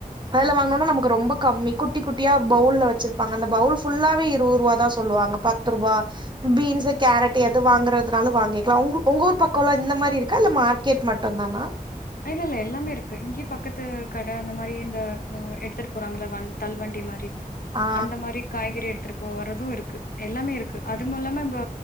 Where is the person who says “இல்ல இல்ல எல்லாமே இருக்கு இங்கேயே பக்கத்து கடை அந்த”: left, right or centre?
Left